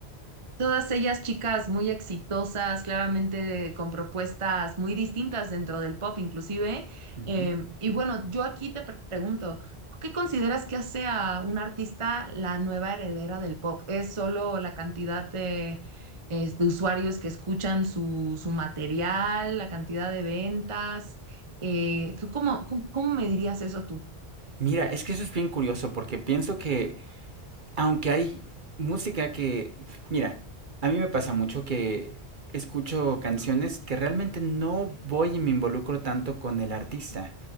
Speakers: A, on the right; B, on the right.
A: Todas ellas chicas muy exitosas, claramente de- con propuestas muy distintas dentro del pop inclusive.
B: Uh -huh.
A: Eh, y bueno, yo aquí te pre- pregunto, ¿tú ¿qué consideras que hace a un artista la nueva heredera del pop? ¿Es solo la cantidad de, es- de usuarios que escuchan su, su material, la cantidad de ventas? Eh, ¿tú cómo, cómo, cómo me dirías eso tú?
B: Mira, es que eso es bien curioso porque pienso que aunque hay música que, mira, a mí me pasa mucho que escucho canciones que realmente no voy y me involucro tanto con el artista.